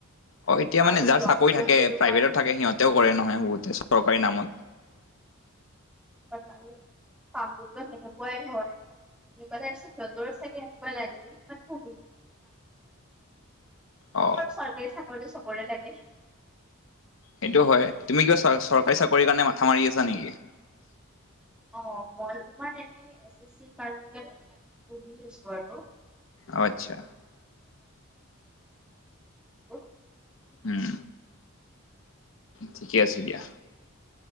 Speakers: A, on the left (about 60°); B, in the centre.
A: অহ, এতিয়া মানে
B: আৰু
A: যাৰ
B: জববোৰতো
A: চাকৰি থাকে
B: তোমাৰ
A: প্ৰাইভেটত থাকে সিহঁতেও
B: উম,
A: কৰে নহয় বহুতে চৰকাৰি নামত
B: কামৰূপ টো সেনেকুৱাই হয় সেনেকুৱা তাৰছত সিহতৰ চাগে <unintelligible> হ'ল আকৌ
A: অ
B: চৰকাৰী চাকৰি চব কৰে লাগে।
A: সেইটো হয় তুমি কিবা
B: আজিকালি
A: চৰকাৰী চাকৰি কাৰণে মাথা মাৰি আছা নেকি?
B: অহ, মই তোমাৰ এনে এ ছে ছিৰ কাৰনে পঢ়ি আছো হয় ন '?
A: অ আচ্ছা
B: <unintelligible>
A: উম ঠিকে আছে দিয়া।